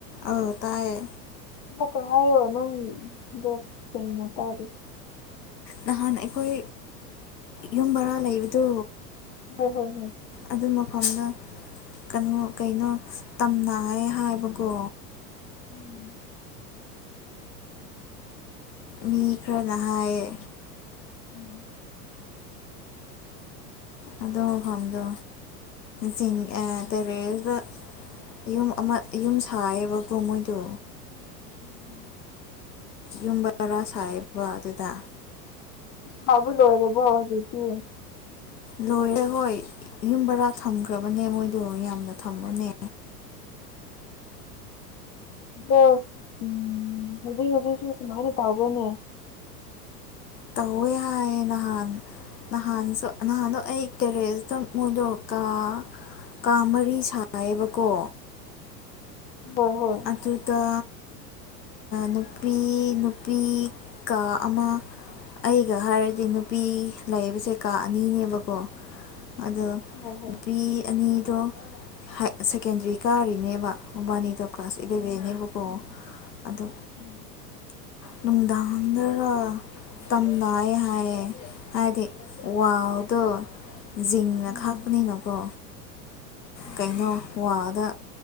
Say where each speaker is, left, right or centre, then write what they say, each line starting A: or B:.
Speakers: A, on the left; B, on the left.
A: ꯑ ꯇꯥꯏꯌꯦ꯫
B: ꯑꯃ ꯀ ꯍꯥꯏꯌꯣ ꯅꯪꯗꯤ ꯀꯩꯅꯣ ꯇꯗꯤ
A: ꯅꯍꯥꯟ ꯑꯩꯈꯣꯏ ꯌꯨꯝ ꯕꯔꯥ ꯂꯩꯕꯗꯣ꯫
B: ꯍꯣꯏ ꯍꯣꯏ ꯍꯨꯝ
A: ꯑꯗꯨ ꯃꯐꯝꯗꯣ ꯀꯩꯅꯣ ꯀꯩꯅꯣ ꯇꯝꯅ ꯍꯥꯏꯕꯀꯣ꯫
B: ꯎꯝ
A: ꯃꯤ ꯈꯔꯅ ꯍꯥꯏꯌꯦ꯫
B: ꯎꯝ
A: ꯑꯗꯨ ꯃꯐꯝꯗꯣ ꯆꯤꯡ ꯑ
B: ꯎꯝ
A: ꯇꯦꯔꯦꯇ꯫ ꯌꯨꯝ ꯑꯃ ꯌꯨꯝ ꯁꯥꯏꯌꯦꯕꯀꯣ ꯃꯣꯏꯗꯣ꯫
B: ꯎꯝ
A: ꯌꯨꯝꯕꯔꯥ ꯁꯥꯏꯕ ꯑꯗꯨꯗ
B: ꯁꯕ ꯂꯣꯏꯔꯕꯣ ꯍꯧꯖꯤꯛꯇꯤ꯫
A: ꯂꯣꯏꯔꯦ ꯍꯣꯏ ꯌꯨꯝ ꯕꯔꯥ ꯊꯝꯈ꯭ꯔꯕꯅꯦ ꯃꯣꯏꯗꯣ ꯌꯥꯝꯅ ꯊꯝꯃꯅꯦ꯫
B: ꯑꯗꯣ ꯎꯝ ꯍꯧꯖꯤꯛ ꯍꯧꯖꯤꯛꯁꯨ ꯁꯨꯃꯥꯏꯅ ꯇꯧꯋꯦꯅꯦ꯫
A: ꯇꯧꯋꯦ ꯍꯥꯏꯑꯦ ꯅꯍꯥꯟ ꯅꯍꯥꯟꯁꯨ ꯅꯍꯥꯟꯗꯣ ꯑꯩ ꯀꯦꯔꯦꯖꯇ ꯃꯣꯏꯗꯣ ꯀꯥ ꯀꯥ ꯃꯔꯤ ꯁꯥꯏꯑꯦꯕꯀꯣ꯫
B: ꯍꯣꯏ ꯍꯣꯏ
A: ꯑꯗꯨꯗ ꯅꯨꯄꯤ ꯅꯨꯄꯤ ꯀꯥ ꯑꯃ ꯑꯩꯒ ꯍꯥꯏꯔꯗꯤ ꯅꯨꯄꯤ ꯂꯩꯕꯁꯦ ꯀꯥ ꯑꯅꯤꯅꯦꯕꯀꯣ꯫ ꯑꯗꯣ
B: ꯍꯣꯏ ꯍꯣꯏ
A: ꯅꯨꯄꯤ ꯑꯅꯤꯗꯣ ꯍꯥꯏ ꯁꯦꯀꯦꯟꯗꯔꯤ ꯀꯥꯔꯤꯅꯦꯕ ꯃꯕꯥꯅꯤꯗꯣ ꯕꯤꯕꯦꯅꯦꯕꯀꯣ
B: ꯍꯣꯏ ꯍꯣꯏ ꯎꯝ
A: ꯑꯗꯨ
B: ꯎꯝ
A: ꯅꯨꯡꯗꯥꯡꯗꯔ ꯇꯝꯅꯩ ꯍꯥꯏꯑꯦ ꯍꯥꯏꯗꯤ ꯋꯥꯎꯗꯣ ꯖꯤꯡꯅ
B: ꯎꯝ
A: ꯈꯥꯛꯄꯅꯤꯅꯀꯣ
B: ꯎꯝ
A: ꯀꯩꯅꯣ ꯋꯥꯗ